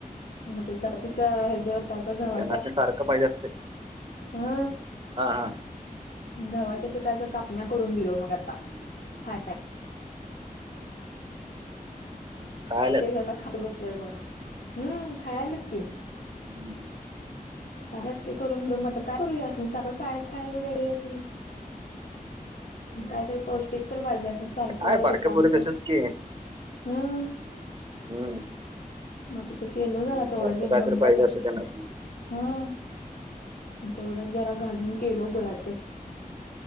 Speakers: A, on the left; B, on the right.
A: मग तिच तिच ह ज पिठाचं गव्हाच्या
B: त्यांना असं सारखं पाहिजे असते
A: ह
B: हा हा
A: गव्हाच्या पिठाच्या कापण्या करून दिलो आता खायाला.
B: खायलाच
A: ते आता खात बसल्या बघ हम्म खायालेत की.
B: हम्म
A: खायल्यात ते करून म काय करूया यासनी सारंक काय खायला देऊ यासनी काहीतरी पौष्टिक तर पाहिजे अस सारखं
B: काय बारक्या
A: दुकान
B: पोरी तसच की
A: हम्म
B: हम्म
A: म त ते केलो जरा तेवढंच
B: सारखं
A: एक
B: काहीतरी
A: दोन
B: पाहिजे
A: चपातीचं.
B: असं त्यांना
A: ह तेवढं जरा घालून केलो गुळाचं.